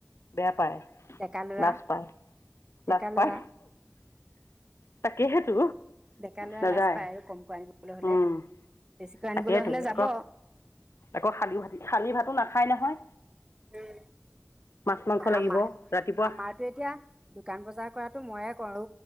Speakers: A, on the left; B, on the right.
A: বেয়া পায়
B: ডেকা লৰা
A: লাজ পায়
B: ডেকা
A: লাজ
B: লৰা
A: পায় তাকেইেতো
B: ডেকা লৰা
A: নাযায়
B: লাজ পায় আৰু কম ক আনিবলৈ হ'লে
A: উম
B: বেছিকৈ আনিবলৈ
A: তাকেইেতো
B: হ'লে যাব
A: আকৌ আকৌ খালি ভতিি শালি ভাতো নাখায় নহয়
B: উম
A: মাছ মাংস লাগিব
B: আমাৰ
A: ৰাতিপুৱা
B: আমাৰতো এতিয়া দোকান বজাৰ কৰাতটো মই কৰো